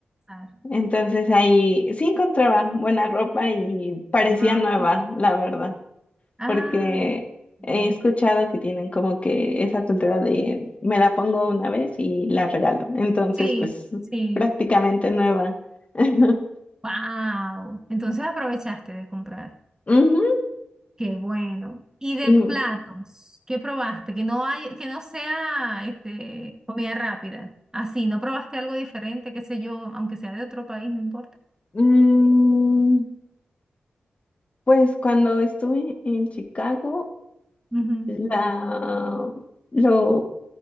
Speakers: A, on the right (about 15°); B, on the left (about 35°).
A: bazar.
B: Entonces ahí sí encontraba buena ropa y parecía
A: Más.
B: nueva, la verdad,
A: Ah,
B: porque
A: ve.
B: he escuchado que tienen como que esa cultura de me la pongo una vez y la regalo. Entonces,
A: sí,
B: pues
A: sí.
B: prácticamente nueva. <laughs>
A: Wow. Entonces aprovechaste de comprar.
B: Ujú,
A: Qué bueno. Y de
B: Y
A: platos, ¿qué probaste? Que no hay, que no sea este, comida rápida. Así, ¿no probaste algo diferente, qué sé yo, aunque sea de otro país, no importa?
B: mm, pues cuando estuve en Chicago,
A: Ujú.
B: la, lo,